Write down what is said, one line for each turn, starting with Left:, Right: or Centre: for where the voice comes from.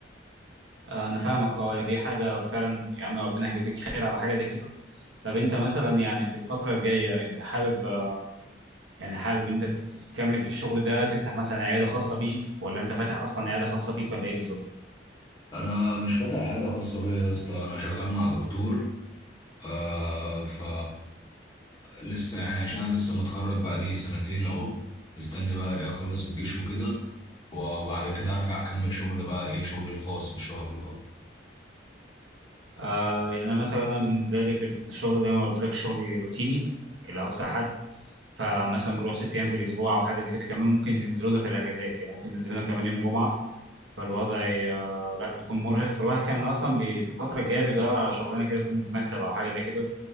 Right: آه، انا فاهمك اه يا دي حاجه فعلا يا عم ربنا يجازيك خير على حاجه زي كده طب انت مثلا يعني في الفتره الجايه انت حابب آه، يعني حابب انت ت- تكمل في الشغل ده تفتح مثلا عياده خاصه بيك ولا انت فاتح اصلا عياده خاصه بيك ولا ايه بالظبط
Left: أنا مش فاتح عيادة خاصة بيا يا اسطى أنا شغال مع دكتور آه ف لسه يعني عشان انا لسه متخرج بقالي سنتين اهو مستني بقى ايه اخلص الجيش وكده وبعد كده هرجع اكمل شغل بقى ايه شغل الخاص ان شاء الله
Right: آه يعني انا مثلا انا بالنسبه لي في الشغل زي ما قلت لك شغلي روتيني الى اقصى حد فمثلا بروح ست ايام في الاسبوع او حاجه زي كده كمان ممكن ينزلونا في الاجازات يعني ممكن ينزلونا كمان يوم جمعه فالوضع آه، لا بيكون مرهق فالواحد كان اصلا بي في الفتره الجايه بيدور على شغلانه كده تكون في مكتب او حاجه زي كده